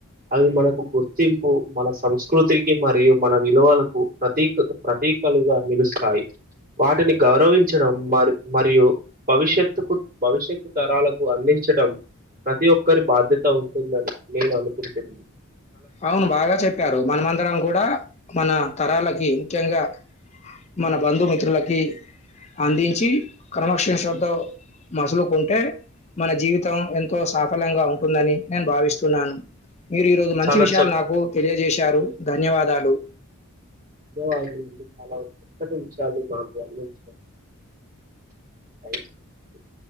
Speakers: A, on the right (about 40°); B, on the left (about 30°).
A: అవి మనకు గుర్తింపు మన సంస్కృతికి మరియు మన విలువలకు ప్రతి. ప్రతీకలుగా నిలుస్తాయి వాటిని గౌరవించడం మరి మరియు. భవిష్యత్తుకు భవిష్యత్తు తరాలకు అందించడం. ప్రతి ఒక్కరి బాధ్యత ఉంటుందని నేను అనుకుంటున్నా.
B: అవును బాగా చెప్పారు మనమందరం కూడా మన తరాలకి ముఖ్యంగా. మన బంధుమిత్రులకి అందించి క్రమక్షేషంతో. మసులుకుంటే మన జీవితం ఎంతో సఫలంగా ఉంటుందని నేను భావిస్తున్నాను. మీరు ఈ రోజు మంచి
A: చాలా
B: విషయాలు
A: చ
B: నాకు తెలియజేశారు ధన్యవాదాలు.
A: ధన్యవాదాలు అండి చాలా చక్కటి విషయాలు నాకు అందించారు. <unintelligible>